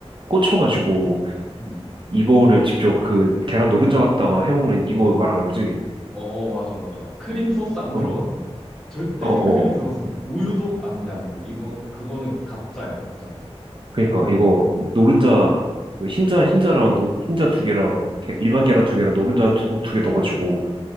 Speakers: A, on the right; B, in the centre.
A: 꽂혀가지고
B: 음.
A: 이거를 직접 그 계란 노른자 갖다가 해먹는 이거 말하는 거지.
B: 어, 맞아, 맞아. 크림 소스 안
A: 어
B: 들어가는 거. 절대
A: 어,
B: 생크림이
A: 어.
B: 들어가서는 안 돼. 우유도 안 돼, 안 돼. 이거, 그거는 가짜야, 가짜.
A: 그러니까 이거 노른자 뭐 흰자 흰자랑 노, 흰자 두 개랑 게- 일반 계란 두 개랑 노른자 두개 넣어가지고